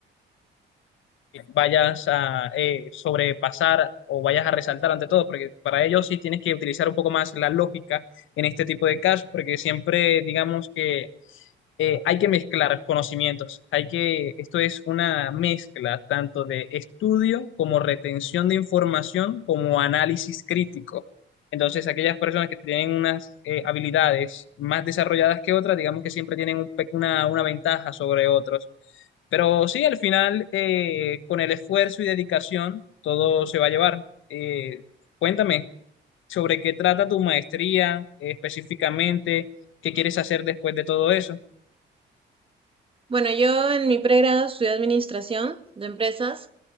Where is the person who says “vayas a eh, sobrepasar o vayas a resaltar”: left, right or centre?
Left